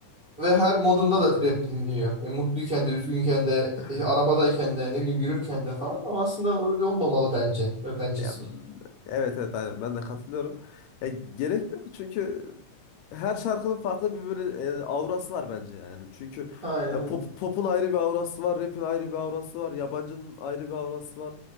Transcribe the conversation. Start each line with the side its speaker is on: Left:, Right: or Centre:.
Right: ve her modunda da rap dinliyor. Yani mutluyken de, üzgünken de,
Left: <laughs>
Right: e, arabadayken de, ne bileyim yürürken de falan. Ama aslında öyle olmamalı bence. Öyle bencesi.
Left: Ya, m- evet evet aynen ben de katılıyorum. Ya, gerek yok çünkü her şarkının farklı bir böyle e, aurası var bence yani. Çünkü
Right: Aynen
Left: ya
Right: öyle.
Left: pop, pop'un ayrı bir aurası var, rap'in ayrı bir aurası var, yabancının ayrı bir aurası var.